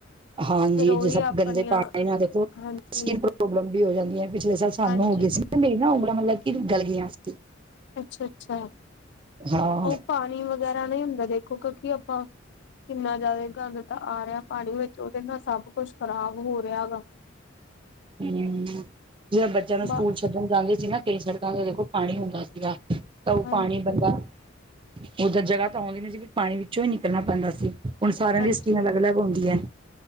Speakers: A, on the right (about 25°); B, on the left (about 60°).
A: ਹਾਂਜੀ।
B: ਫੇਰ ਉਹੀ
A: ਜੇ ਸਭ
B: ਆਪਣੀਆਂ
A: ਗੰਦੇ ਪਾਣੀ ਨਾਲ ਦੇਖੋ
B: ਹਾਂਜੀ,
A: ਸਕਿੰਨ ਪ੍ਰੋਬਲਮ ਵੀ ਹੋ ਜਾਂਦੀ ਹੈ। ਪਿਛਲੇ ਸਾਲ ਸਾਨੂੰ
B: ਹਾਂਜੀ।
A: ਹੋ ਗਈ ਸੀ ਮੇਰੀ ਨਾ ਉਂਗਲਾਂ ਮਤਲਬ ਕਿ ਗਲ ਗਈ ਸੀ।
B: ਅੱਛਾ- ਅੱਛਾ।
A: ਹਾਂ
B: ਉਹ ਪਾਣੀ ਵ ਵਗੈਰਾ ਨਹੀਂ ਹੁੰਦਾ ਦੇਖੋ ਕਿਉਂਕਿ ਆਪਾਂ, ਕਿੰਨਾ ਜ਼ਿਆਦਾ ਗੰਦ ਤਾਂ ਆ ਰਿਹਾ ਪਾਣੀ ਵਿੱਚ ਉਹਦੇ ਨਾਲ ਸਭ ਕੁਛ ਖ਼ਰਾਬ ਹੋ ਰਿਹਾ ਗਾ।
A: ਹੂ। ਜਿ ਬੱਚਿਆਂ ਨੂੰ
B: ਬ
A: ਸਕੂਲ ਛੱਡਣ ਜਾਂਦੀ ਸੀ ਨਾ ਕਈ ਸੜਕਾਂ ਤੇ ਦੇਖੋ ਪਾਣੀ ਹੁੰਦਾ ਸੀਗਾ ਤਾਂ ਉਹ
B: ਹਾਂਜੀ
A: ਪਾਣੀ ਬੰਦਾ ਉਧਰ ਜਗ੍ਹਾ ਤਾਂ ਆਉਂਦੀ ਨ ਸੀ ਵੀ ਪਾਣੀ ਵਿੱਚੋਂ ਹੀ ਨਿਕਲਣਾ ਪੈਂਦਾ ਸੀ। ਹੁਣ ਸਾਰਿਆਂ
B: ਹਾਂਜੀ
A: ਦੀ ਸਕੀਮ ਅਲੱਗ- ਅਲੱਗ ਹੁੰਦੀ ਹੈ।